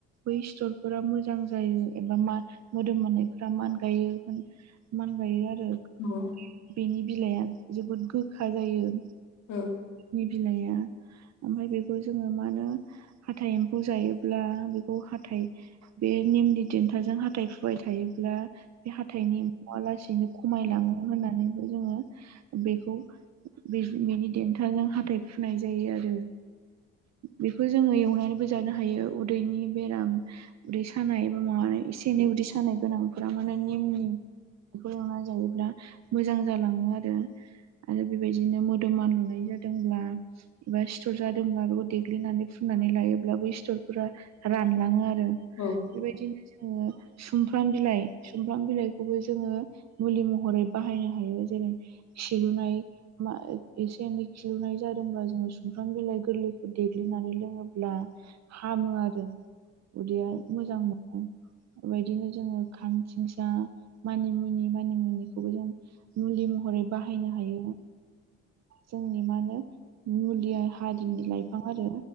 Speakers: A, on the right; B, on the left.
A: बै स्थरफोरा मोजां जायो एबा मा मोदोम मोननायफोरा मान गायो मान गायो आरो
B: औ
A: बेनि बिलाइआ जोबोद गोखा जायो।
B: औ
A: नि बिलाइया ओमफ्राय बेखौ जोङो मा होन हाथाइ एम्फौ जायोब्ला बेखौ हाथाय बे निमनि देन्थाजों हाथथाय फुबाय थायोब्ला बे हाथाइनिमुआ लासैनो खमायलाङो होननानैबो जोङो बेखौ बे बेनि देन्थाजों हाथाय फुनाय जायो आरो बेखौ जोङो एवनानैबो जानो हायो उदैनि बेराम उदै सानाय बा माबानाय एसे एनै उदै सानाय गोनांफोरा माने निम निम बेखौ एंनानै जायोब्ला मोजां जालाङो आरो आरो बेबायदिनो मोदोमान लुनाय जादोंब्ला एबा सिथर जादोंब्ला बेखौ दे ग्लिनानै फुननानै लायोब्लाबो सिथरफोरा रानलाङो आरो
B: ओं
A: बेबायदिनो जोङो सुमफ्राम बिलाइ सुमफ्राम बिलाइखौबो जोङो मुलि महरै बाहायनो हायो जेरै खिलुनाय मा एसे एनै खिलुनाय जादोंब्ला जोङो सुमफ्राम बिलाइ गोरलैखौ देग्लिनानै लोङोब्ला हामो आरो उदैया मोजां मोनो। बेबायदिनो जोङो खानसिंसा मानिमुनि मानिमुनिखौबो जों मुलि महरै बाहायनो हायो। जोंनि मानो मुलिआ हारिनि लाइफां आरो।